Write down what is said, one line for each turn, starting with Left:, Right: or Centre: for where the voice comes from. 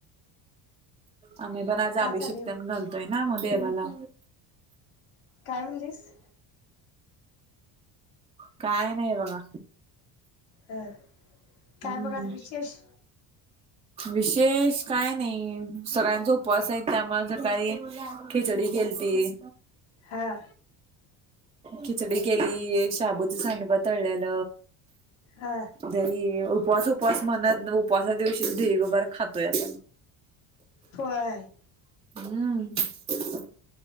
Right: आम्ही पण आज
Left: का
Right: अभिषेक
Left: चाललंय
Right: ते न घालतोय ना मग देवाला.
Left: काय म्हणलीस?
Right: काय नाही बघा
Left: ह काय
Right: हम्म.
Left: मग आज विशेष
Right: विशेष काय नाही सगळ्यांच उपवास आहेत त्यामुळ सकाळी खिचडी केलती.
Left: हा
Right: खिचडी केली, शाबूचं सांडपा तळल्याल.
Left: हा
Right: दही उपवास उपवास म्हणत उपवासा दिवशीच ढीगबर खातोय आपण.
Left: होय
Right: हू